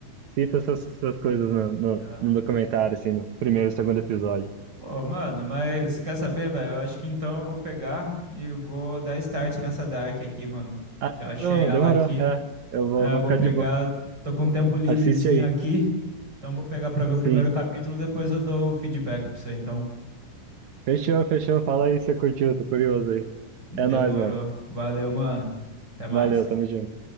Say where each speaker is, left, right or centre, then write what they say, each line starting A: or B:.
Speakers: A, on the right; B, on the right.
A: cita essas, essas coisas no, no,
B: É.
A: no documentário, assim, no primeiro e segundo episódio.
B: Pô, mano, mas quer saber, velho? Eu acho que então eu vou pegar e vou dar start nessa Dark aqui, mano.
A: Ah,
B: Já achei
A: demorou,
B: ela
A: demorou.
B: aqui.
A: É, eu vou,
B: É,
A: vou
B: eu vou
A: ficar
B: pegar.
A: de boa.
B: Tô com um tempo livrezinho
A: Assiste aí.
B: aqui. Então vou pegar pra ver
A: Sim.
B: o primeiro capítulo, depois eu dou o feedback pra você, então.
A: Fechou, fechou. Fala aí se você curtiu, tô curioso aí.
B: Demorou.
A: É nóis, mano.
B: Valeu, mano. Até mais.
A: Valeu, tamo junto.